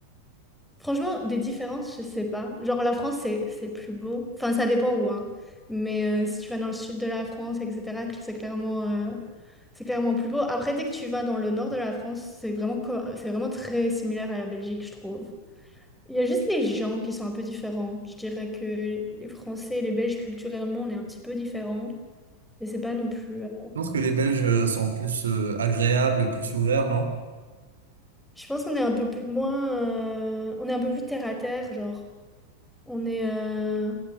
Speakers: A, in the centre; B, on the right.
A: Franchement, des différences, je sais pas. Genre la France, c'est c'est plus beau. Enfin, ça dépend où, hein. Mais euh, si tu vas dans le sud de la France, etc., cl- c'est clairement euh, c'est clairement plus beau. Après, dès que tu vas dans le nord de la France, c'est vraiment co- c'est vraiment très similaire à la Belgique, je trouve. Il y a juste les gens qui sont un peu différents. Je dirais que les Français et les Belges, culturellement, on est un petit peu différents. Mais c'est pas non plus. euh,
B: Je pense que les Belges euh, sont plus euh, agréables, plus ouverts, non?
A: Je pense qu'on est un peu plus moins. euh, On est un peu plus terre à terre, genre. On est. euh,